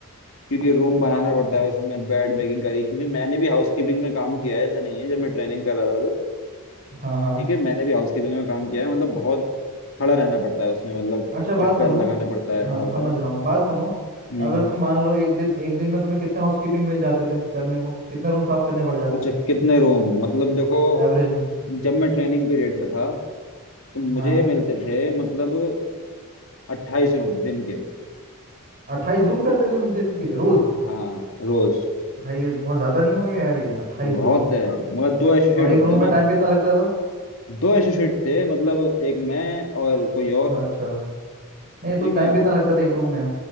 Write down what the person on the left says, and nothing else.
क्योंकि रूम बनाना पड़ता
है उसमें बेड मेकिंग करी क्योंकि मैंने भी हाउस कीपिंग में काम किया है ऐसा नहीं है जब मैं ट्रेनिंग कर रहा था तो
ठीक है मैंने भी हाउस कीपिंग में काम किया है मतलब बहुत खड़ा रहना पड़ता है उसमें मतलब
चक्कर
लगाना पड़ता है
हाँ बताओ
हम्म
अच्छा
कितने रूम मतलब देखो
जब मैं ट्रेनिंग पीरियड पे था तो मुझे
मिलते थे मतलब अट्ठाईस रूम दिन के
हाँ रोज
बहुत
है मगर दो एसोसिएट
होते
थे
ना
दो एसोसिएट थे मतलब एक मैं और कोई और
ठीक
है